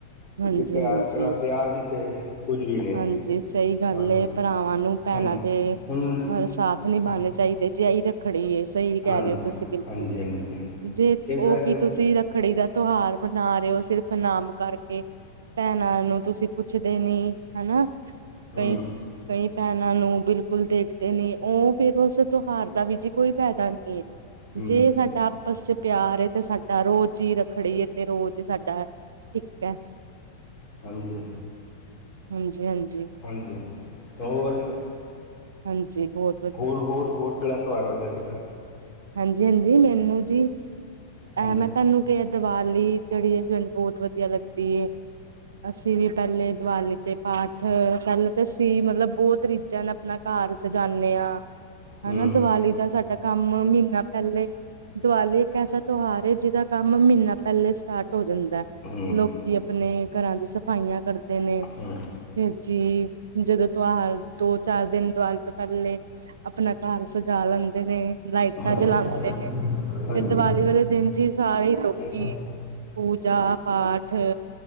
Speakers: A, on the left; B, on the right.
A: ਤੇ
B: ਹਾਂਜੀ
A: ਜੇ ਪਿਆਰ
B: ਹਾਂਜੀ
A: ਪ ਪਿਆਰ ਨੀ ਤੇ ਕੁੱਝ ਵੀ ਨਈਂ,
B: ਹਾਂਜੀ ਸਹੀ ਗੱਲ
A: ਹਾਂਜੀ।
B: ਏ ਭਰਾਵਾਂ ਨੂੰ ਭੈਣਾਂ
A: ਹਾਂਜੀ
B: ਦੇ
A: ਹੁਣ
B: ਹਰ ਸਾਥ ਨੀਬਾਣੇ
A: ਹਾਂਜੀ
B: ਚਾਈਦੇ ਜੇਹੀ ਰੱਖੜੀ ਏ ਸਈ ਕੈ
A: ਹਾਂਜੀ
B: ਰਹੇ ਤੁਸੀਂ ਬਿਲਕੁਲ।
A: ਹਾਂਜੀ
B: ਜੇ
A: ਇਸ ਤਰ੍ਹਾਂ
B: ਓਕੀ
A: ਫਿਰ
B: ਤੁਸੀਂ ਰੱਖੜੀ ਦਾ ਤੁਆਰ ਮਨਾ ਰਏ ਓ ਸਿਰਫ ਨਾਮ ਕਰਕੇ ਭੈਣਾਂ ਨੂੰ ਤੁਸੀਂ ਪੁੱਛਦੇ ਨੀ ਹਨਾ
A: ਹਮ
B: ਕਈ ਕਈ ਭੈਣਾਂ ਨੂੰ ਬਿਲ ਕੁਲ ਦੇਖਦੇ ਨੀ ਓ ਫੇਰ ਓਸ ਤੁਹਾਰ ਦਾ ਵੀ ਜੀ ਕੋਈ ਫੈਦਾ ਨੀ
A: ਹਮ
B: ਜੇ ਸਾਡਾ ਆਪਸ ਪਿਆਰ ਏ ਤੇ ਸਾਡਾ ਰੋਜ਼ ਈ ਰੱਖੜੀ ਏ ਤੇ ਰੋਜ਼ ਸਾਡਾ, ਟੀਕਾਐ।
A: ਹਾਂਜੀ।
B: ਹਾਂਜੀ-ਹਾਂਜੀ।
A: ਹਾਂਜੀ, ਹੋਰ?
B: ਹਾਂਜੀ ਬੋ
A: ਹੋਰ-ਹੋਰ-ਹੋਰ <unintelligible>
B: ਹਾਂਜੀ-ਹਾਂਜੀ ਮੈਨੂੰ ਜੀਐ
A: ਹਾਂਜੀ
B: ਮੈਂ ਤੁਆਨੂੰ ਕੇ ਦੀਵਾਲੀ ਜੇੜੀ ਐ ਸਾਨੂੰ ਬਹੁਤ ਵਧੀਆ ਲੱਗਦੀ ਏ, ਅਸੀਂ ਵੀ ਪੈਲੇ ਦੀਵਾਲੀ ਤੇ ਪਾਠ ਪੈਲੇ ਅਸੀਂ ਮਤਲਬ ਬਹੁਤ ਰੀਝਾਂ ਨਾਲ ਆਪਣਾ ਘਰ ਸਜਾਨੇ ਆ,
A: ਹੂੰ
B: ਹਨਾ
A: ਹੂੰ
B: ਦੀਵਾਲੀ ਦਾ ਸਾਡਾ ਕੰਮ ਮੀਨਾ ਪੈਲੇ ਦੀਵਾਲੀ ਇੱਕ ਐਸਾ ਤੁਆਰ ਏ ਜੀਦਾ ਕੰਮ ਮੀਨਾ ਪੈਲੇ ਸਟਾਟ ਹੋ ਜਾਂਦੈ।
A: ਹੂੰ
B: ਲੋਕੀ ਆਪਣੇ ਘਰਾਂ ਦੀ ਸਫਾਈਆਂ ਕਰ ਦੇ ਨੇ,
A: ਹੂੰ।
B: ਫਿਰ ਜੀ ਜਦੋਂ ਤੁਆਰ ਦੋ ਚਾਰ ਦੇਨ ਦੀਵਾਲ ਤੋਂ ਪੈਲੇ, ਆਪਣਾ ਘਰ ਸਜਾ ਲੈਂਦੇ ਨੇ ਲਾਈ
A: ਹਾਂਜੀ
B: ਟਾਂ ਚਲਾਂਦੇ ਨੇ ਫੀਰ ਦੀਵਾਲੀ ਵਾਲੇ ਦੇਨ ਜੀ ਸਾਰੇ ਈ ਲੋਕੀ
A: ਹੂੰ।
B: ਪੂਜਾ-ਪਾਠ